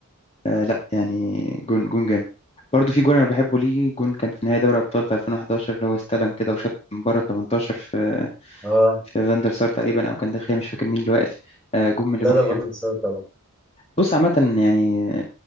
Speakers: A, on the left; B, in the centre.
A: آه لا يعني جون جون جامد برضو في جون انا بحبه ليه جون كان في نهائي دوري ابطال في 2011 اللي هو استلم كده وشاط من بره ال 18 في
B: اه
A: في فاندر سار تقريبا او كان داخل مش فاكر مين اللي واقف آه، جون من
B: لا
A: الاجوان
B: لا فاندر سار
A: بص عامة يعني